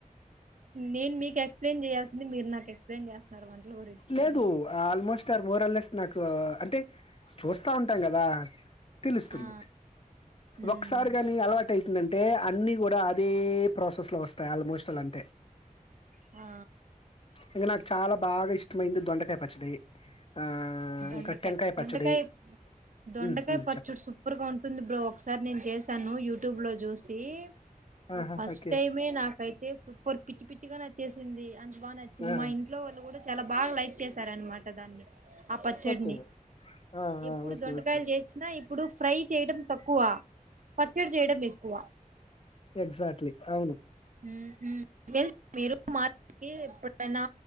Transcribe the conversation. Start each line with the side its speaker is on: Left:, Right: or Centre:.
Right: నేను మీకు ఎక్స్ప్లెయిన్ చేయాల్సింది మీరు నాకు ఎక్స్ప్లెయిన్ చేస్తున్నారు గురించి
Left: లేదు ఆల్మోస్ట్ సార్ మోరల్లెస్ నాకు అంటే చూస్తా ఉంటాం కదా తెలుస్తుంది
Right: ఆ ఉమ్.
Left: ఒకసారి గాని అలవాటయితుం అంటే అన్ని కూడా అదే ప్రాసెస్ లో వస్తాయి ఆల్మోస్ట్ అలా అంటే
Right: ఆ
Left: ఇంకా నాకు చాలా బాగా ఇష్టమైంది దొండకాయ పచ్చడి ఆ
Right: దొండకాయ
Left: ఇంకా టెంకాయ పచ్చడి
Right: దొండకాయ దొండకాయ
Left: ఉమ్ ఉమ్
Right: పచ్చడి
Left: చెప్పండి
Right: సూపర్ గా ఉంటుంది బ్రో ఒకసారి నేను చేశాను యూట్యూబ్లో చూసి దీ
Left: ఆహా
Right: ఫస్ట్
Left: ఓకే
Right: టైమే నాకైతే సూపర్ పిచ్చి పిచ్చిగా నచ్చేసింది అంత బాగా నచ్చింది
Left: ఆ
Right: మా ఇంట్లో వాళ్ళు కూడా చాలా బాగా లైక్ చేశారనమాట దాన్ని ఆ పచ్చడిని
Left: ఓకే ఆ
Right: ఎప్పుడు
Left: ఆ ఓకే
Right: దొండకాయలు
Left: ఓకే
Right: తెచ్చిన ఇప్పుడు ఫ్రై చేయడం తక్కువ పచ్చెడి చేయడం ఎక్కువా
Left: ఎక్సాట్లీ అవును
Right: హ్మ్ హ్మ్ మీరు మార్ట్ కీ ఎప్పుడైనా